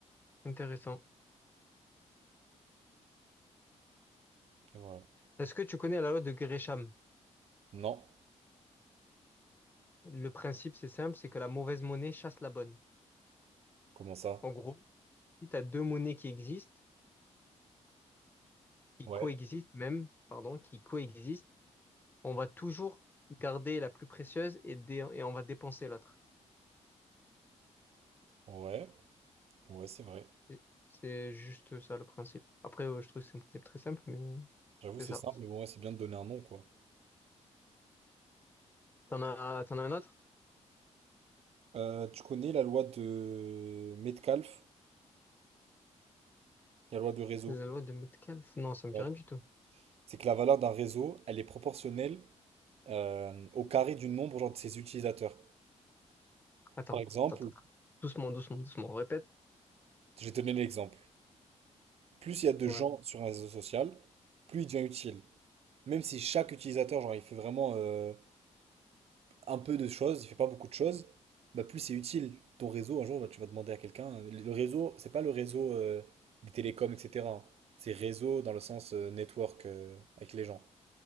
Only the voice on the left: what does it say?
intéressant.
Est-ce que tu connais la loi de Gresham?
Le principe, c'est simple, c'est que la mauvaise monnaie chasse la bonne.
En gros, si tu as deux monnaies qui existent qui
coexistent même, pardon, qui coexistent, on va toujours garder la plus précieuse et, dé- et on va dépenser l'autre.
C'est c'est juste ça le principe. Après, euh, je trouve que c'est un principe très simple, mais
c'est
ça.
T'en as, t'en as un autre?
La loi de Metcalfe? Non, ça me
dit rien du tout.
Attends,
attends, attends. attends. Doucement, doucement, doucement. On répète.
Ouais.